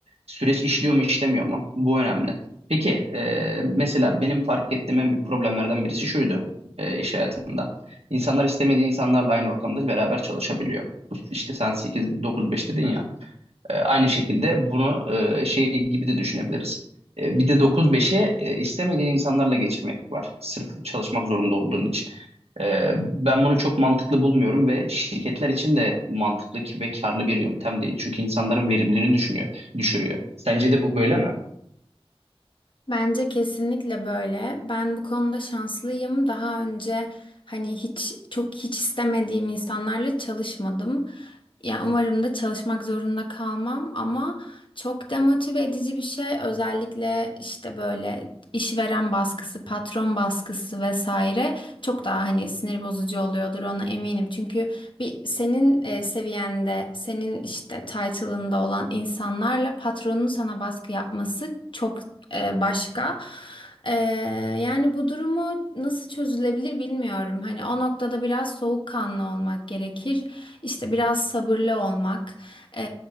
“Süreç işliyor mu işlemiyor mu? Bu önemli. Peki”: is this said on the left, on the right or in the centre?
Right